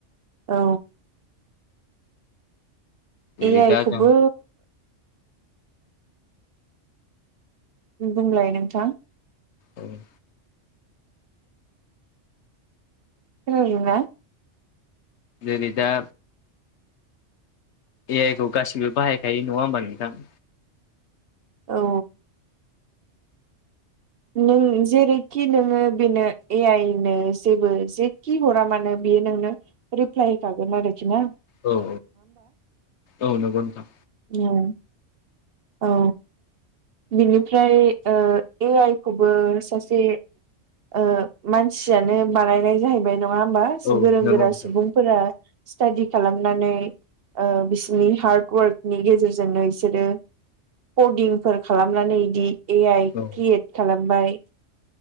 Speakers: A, on the right; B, on the left.
A: औ
B: जेरै
A: ए आइ
B: दा
A: खौबो
B: जों
A: बुंलाय नोंथां।
B: उम
A: <unintelligible>
B: जेरै दा ए आइ खौ गासिबो बाहायखायो नङा होमबा नोंथां?
A: औ नों जेरैखि नोङो बेनो ए आइनो जेबो जेखि हरा मानो बियो नोंनो रिप्लाय होखागोन आरोखिना।
B: औ औ औ नोंगौ नोंथां।
A: औ औ। बिनिफ्राय ओ ए आइ खौबो सासे ओ मानसियानो बानायनाय जाहैबाय नङा होमबा
B: औ
A: गोरों
B: नंगौ
A: गोरा
B: नोंथां
A: सुबुं फोरा स्टाडि खालामनानै ओ बिसनि हार्ड वार्कनि गेजेरजोंनो बिसोरो पदिं फोर खालामनानै दि ए आइ
B: औ
A: क्रियेट खालामबाय